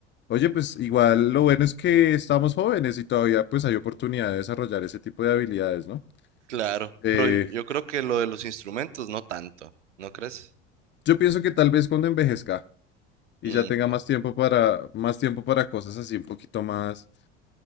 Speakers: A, on the left; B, on the right.
A: Oye, pues igual lo bueno es que estamos jóvenes y todavía pues hay oportunidad de desarrollar ese tipo de habilidades, ¿no?
B: Claro.
A: Eh,
B: Pero yo yo creo que lo de los instrumentos no tanto. ¿No crees?
A: yo pienso que tal vez cuando envejezca y
B: Mm,
A: ya tenga
B: ok.
A: más tiempo para, más tiempo para cosas así un poquito más